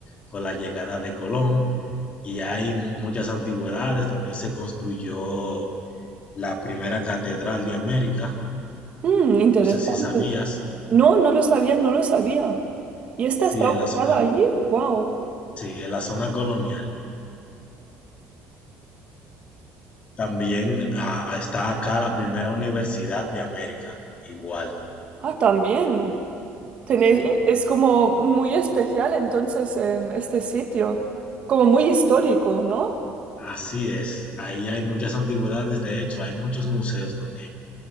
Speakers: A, on the left; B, on the right.
A: con la llegada de Colón. Y hay mu- muchas antigüedades, también se construyó la primera catedral de América,
B: Mm, interesante.
A: no sé si sabías,
B: No, no lo sabía, no lo sabía. ¿Y esta
A: sí,
B: está
A: en
B: ubicada
A: la zona,
B: allí? Wow.
A: sí, en la zona colonial. También ah, ah, está acá la primera universidad de América, igual,
B: Ah, también. Tenéis,
A: sí.
B: e- es como muy especial entonces em, este sitio, como muy histórico, ¿no?
A: Así es, ahí hay muchas antigüedades, de hecho, hay muchos museos también.